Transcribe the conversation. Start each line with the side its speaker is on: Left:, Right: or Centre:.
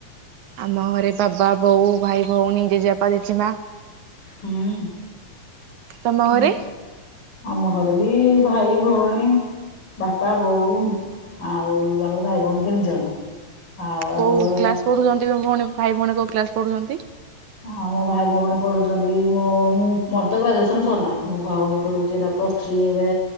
Right: ଆମ ଘରେ ବାବା ବୋଉ ଭାଇ ଭଉଣୀ ଜେଜବାପା ଜେଜେମା।
Left: ହୁଁ
Right: ତମ
Left: ଉଁ।
Right: ଘରେ
Left: ଆମ ଘରେ ବି ଭାଇ ଭଉଣୀ। ବାପା ବୋଉ ଆଉ ଆମେ ଭାଇ ଭଉଣୀ ତିନି ଜଣ। ଆଉ
Right: କୋଉ
Left: ଆମର
Right: କ୍ଲାସ ପଢ଼ୁଛନ୍ତି ତ ଭଉଣୀ ଭାଇ ଭଉଣୀ କୋଉ କ୍ଲାସ ପଢ଼ୁଛନ୍ତି?
Left: ହଁ ମୋ ଭାଇ ଭଉଣୀ ପଢ଼ୁଛନ୍ତି ମୋ ମୁଁ ମୋର ତ ଗ୍ରାଜୁଏସନ ସରିଲା ମୋ ଭଉଣୀ ପଢ଼ୁଛି ଏରା ପ୍ଲସ ଥ୍ରୀ ଏବେ